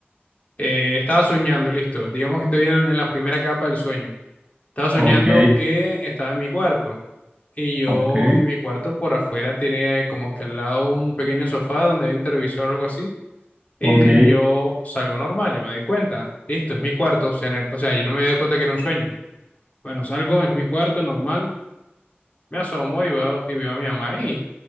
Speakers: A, on the left (about 35°); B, on the right (about 30°).
A: eh, estaba soñando, listo, digamos que estoy en en la primera capa del sueño. Estaba soñando
B: Ok,
A: que estaba en mi cuarto. y yo
B: ok,
A: y mi cuarto por afuera tiene como que al lado un pequeño sofá donde hay un televisor o algo así. eh,
B: ok.
A: yo salgo normal, yo me doy cuenta, listo, es mi cuarto, o sea, en el- o sea, yo no me doy cuenta que era un sueño. Bueno, salgo, es mi cuarto normal, me asomo y veo, y veo a mi mamá ahí